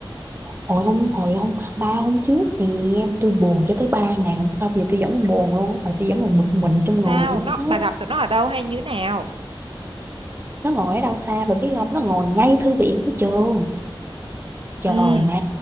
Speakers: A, on the right; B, on the right.
A: hồi hôm hồi hôm ba hôm trước nè tôi buồn cho tới ba ngày hôm sau giờ tôi vẫn buồn luôn á, và tôi vẫn còn bực mình trong
B: sao
A: người luôn
B: nó
A: á
B: bà gặp tụi nó ở đâu hay như thế nào
A: nó ngồi ở đâu xa bà biết không nó ngồi ngay thư viện của trường trời
B: ừ
A: má